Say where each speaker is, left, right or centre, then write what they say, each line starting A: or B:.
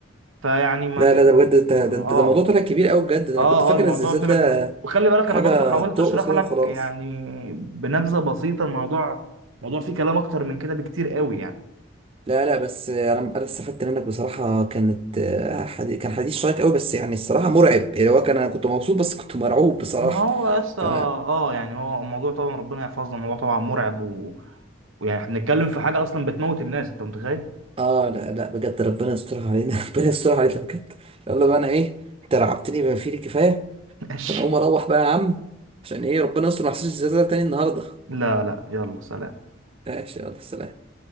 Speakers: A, on the right; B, on the right.
A: فيعني ما
B: لا
A: ت...
B: لا ده بجد انت ده
A: اه
B: انت ده موضوع طلع كبير قوي بجد ده
A: اه
B: انا كنت فاكر
A: اه الموضوع
B: الزلزال
A: طلع
B: ده
A: كبير وخلي بالك
B: حاجه
A: انا برضو حاولت
B: ترقص
A: اشرح
B: كده
A: لك
B: وخلاص
A: يعني بنبذه بسيطه الموضوع الموضوع فيه كلام اكتر من كده بكتير قوي يعني
B: لا لا بس انا انا استفدت منك بصراحه كانت آه، حدي... كان حديث شيق قوي بس يعني الصراحه مرعب يعني هو كان انا كنت مبسوط بس كنت مرعوب بصراحه
A: ما هو اصلا
B: ف
A: اه يعني هو الموضوع طبعا ربنا يحفظنا الموضوع طبعا مرعب و... ويعني احنا بنتكلم في حاجه اصلا بتموت الناس انت متخيل
B: اه لا لا بجد ربنا يسترها علينا <laughs> ربنا يسترها علينا بجد يلا بقى انا ايه انت رعبتني بما فيه الكفايه
A: <laughs> ماشي
B: انا اقوم اروح بقى يا عم عشان ايه ربنا يستر ما احسش الزلزال تاني النهارده
A: لا لا يلا سلام
B: ماشي يلا سلام